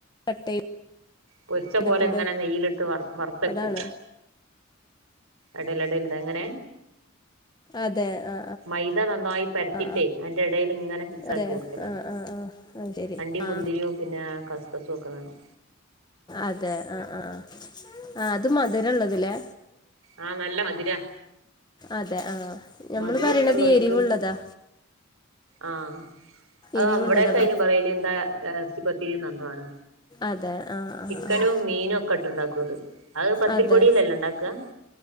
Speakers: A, on the left (about 20°); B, on the right (about 80°).
A: കട്ട്
B: പൊര്ച്ച
A: ചെയ്തിട്ടിട
B: പോലെ ഇങ്ങനെ നെയ്യിലിട്ട് വ വറുത്തെക്കും
A: അതാണോ
B: അടൽടലണ്ട അങ്ങനെ
A: അതെ ആ
B: മൈദ നന്നായി പരത്തിട്ടേ
A: ആ
B: അതിന്റെ ഇടയിൽ ഇങ്ങനെ ഫിക്സ്
A: അതെ
B: ആക്കി കൊടുക്കലാണ്
A: ആ ആ ആ ആ ശരി
B: അണ്ടിയും
A: ആ
B: മുന്തിരിയും പിന്നെ കസ്കസും ഒക്കെ വേണം
A: അതെ ആ ആ ആ അത് മധുരം ഉള്ളത് ലേ
B: ആഹ് നല്ല മതിരാ
A: അതെ ആഹ് ഞമ്മള്
B: മധുരം
A: പറയണത്
B: ഇഷ്ടൊല്ലോൽക്ക്
A: എരിവുള്ളതാ
B: ആഹ് അത്
A: എരിവുള്ളതാ
B: അവിടൊക്കെ അയിന്ന്
A: പ
B: പറയല് എന്താ എർച്ചിപ്പത് തിരി ന്നെന്തോ ആണ്
A: അതെ ആഹ്
B: ചിക്കനും
A: ആഹ് ആഹ്
B: മീനും ഒക്കെ ഇട്ട് ഉണ്ടാക്കും അത് അത് പത്തിരിപ്പൊടിന്നല്ലെ
A: അതെ
B: ഇണ്ടാക്ക